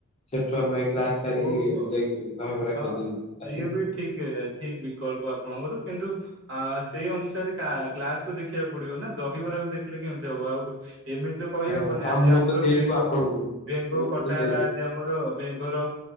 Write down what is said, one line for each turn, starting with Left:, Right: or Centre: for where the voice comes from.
Left: ସେଠୁ ଆମେ କ୍ଲାସ ସାରିକି
Right: ଓହୋ
Left: ଯାଇକି ଦହିବରା
Right: ହଁ
Left: ଖାଇଦେଇକି ଆସିବା।
Right: ଇଏ ବି ଠିକ ଠିକ ବିକଳ୍ପ ଆପଣଙ୍କର କିନ୍ତୁ ଆ ସେଇ ଅନୁସାରେ କା-କ୍ଲାସ କୁ ଦେଖିବାକୁ ପଡିବ ନା ଦହିବରାକୁ ଦେଖିଲେ କେମତି ହ ଆଉ ଏମିତି ତ କହିହବନି
Left: ହଁ ହଁ
Right: ଆଜି
Left: ମୁଁ
Right: ଆମର
Left: ତ ସେଇ
Right: ବେଙ୍ଗ
Left: ଯୋଗୁ ଆପଣଙ୍କୁ
Right: ବେଙ୍ଗ
Left: ମୁଁ
Right: କଟା
Left: ତ ସେଇ
Right: ହେଲା
Left: ଯୋଗୁ
Right: ଆଜି ଆମର ବେଙ୍ଗ ର